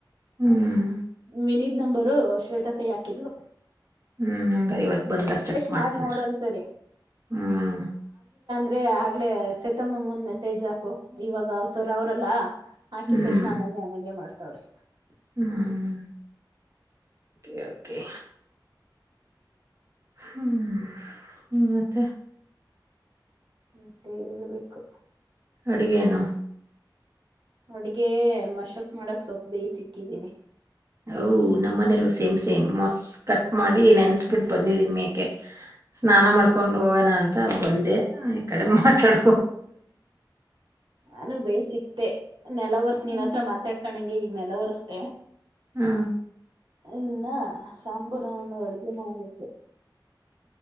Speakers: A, on the right (about 40°); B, on the right (about 85°).
A: ಹ್ಮ್
B: ವಿನಿದ್ ನಂಬರು ಶ್ವೇತಕ ಹಾಕಿದ್ಲು.
A: ಹ್ಮ್ ಹಂಗಾರಿವತ್ತು ಬಂದಾಗ್ ಚೆಕ್ ಮಾಡ್ತೀನಿರು
B: ಮಾಡ್ ನೋಡು ಒಂದ್ಸರಿ
A: ಹ್ಮ್.
B: ಬೆ ಆಗ್ಲೇ ಸೆತಮ್ಮಂಗೊಂದ್ ಮೆಸೇಜ್ ಹಾಕು ಇವಾಗ ಸರ್ ಅವ್ರಲ್ಲಾ ಹಾಕಿದ್ತಕ್ಷಣ
A: ಹ್ಮ್
B: ಹಂಗಂಗೆ ಹಂಗಂಗೆ ಮಾಡು. <unintelligible>
A: ಹ್ಮ್ ಓಕೆ ಕೆ. ಹ್ಮ್ ಮತ್ತೆ.
B: ಮತ್ತೆ ಹೇಳ್ಬೇಕು.
A: ಅಡುಗೆೇಯೇನು?
B: ಅಡ್ಗೆ ಮಸ್ಸೊಪ್ ಮಾಡಕ್ ಸೊಪ್ ಬೇಯ್ಸಿಕ್ಕಿದೀನಿ.
A: ಹವ್ ನಮ್ಮ ಮನೇಲ್ಲು ಸೇಮ್ ಸೇಮ್ ಮಸ್ ಕಟ್ ಮಾಡಿ ನೆನ್ಸ್ಬಿಟ್ಟು ಬಂದಿದ್ದಿನ್ ಮೇಕೆ ಸ್ನಾನ ಮಾಡ್ಕೊಂಡು ಹೋಗನ ಅಂತ ಬಂದೆ ಈ ಕಡೆ ಮಾತಾಡ್
B: ನಾನು ಬೇಯ್ಸಿಕ್ದೆ ನೆಲ್ಲ ಒರ್ಸ್
A: ಹ್ಮ್
B: ನೀನ್ ಹತ್ರ ಮಾತಾಡ್ಕೊಂಡಂಗೆ ನೆಲ ಒರ್ಸ್ದೆ.
A: ಹಾ
B: ಇನ್ನ ಸಾಂಬು ತೋಂಡು ಅಡಿಗೆ ಮಾಡ್ಬೇಕು.